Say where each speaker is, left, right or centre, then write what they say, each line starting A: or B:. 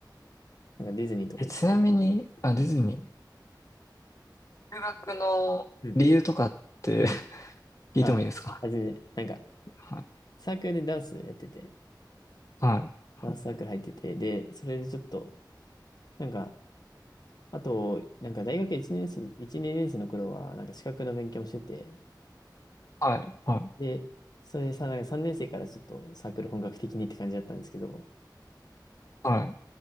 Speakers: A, on the left; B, on the left.
A: なんかディズニーとか行って。
B: え、ちなみに、あ、ディズニー。
A: うん、
B: 留学の理由とかって
A: うん、うん。
B: <laughs> 聞いてもいいですか
A: あ、あ、全然、なんか、
B: はい。
A: サークルでダンスやってて、
B: はい。
A: ダンスサークル入ってて、で、それでちょっと、なんか、あと、なんか大学1年生、1、2年生の頃は、なんか資格の勉強もしてて、
B: はい、はい、
A: で、それでさ、なんか3年生からちょっとサークル本格的にって感じだったんですけど、
B: はい。